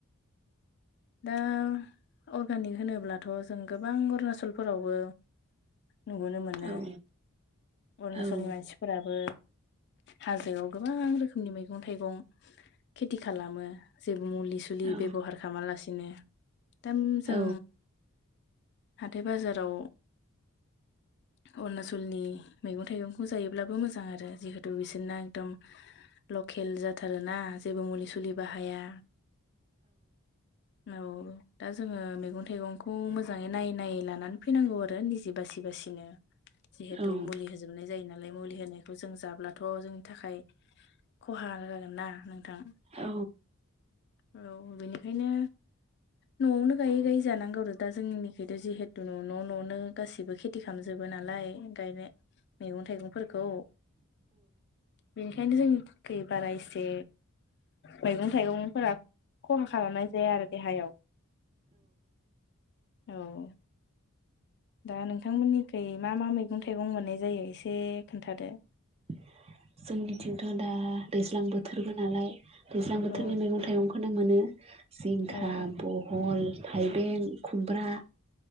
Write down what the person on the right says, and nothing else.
औ
औ
औ
औ
<inaudible>
औ
औ
<inaudible> जोंनिथिंथ' दा दैज्लां बोथोरबो नालाय दैज्लां बोथोरनि
मैगं थाइगंखोनो मोनो जिंखा
बहल थाइबें खुमब्रा